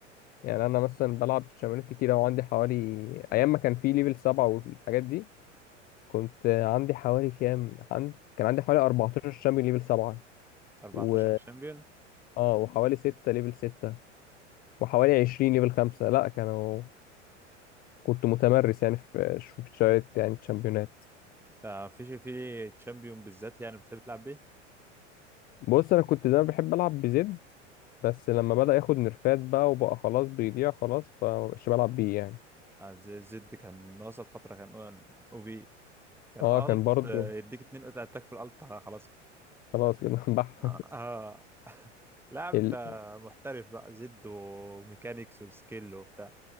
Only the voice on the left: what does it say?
يعني انا مثلا بلعب شمالات كتير او عندي حوالي ايام ما كان في ليفل سبعة والحاجات دي كنت عندي حوالي كام عند... كان عندي حوالي 14 شامبيون ليفل سبعة
و
اه وحوالي ستة ليفل ستة وحوالي 20 ليفل خمسة لا كانوا كنت متمرس يعني في في شوية يعني شامبيونات
بص انا كنت دايما بحب العب بزد بس لما بدأ ياخد نرفات بقى وبقى خلاص بيضيع خلاص فمبقاش بلعب بيه يعني
اه
كان برضو
خلاص كده <laughs> بح
ال...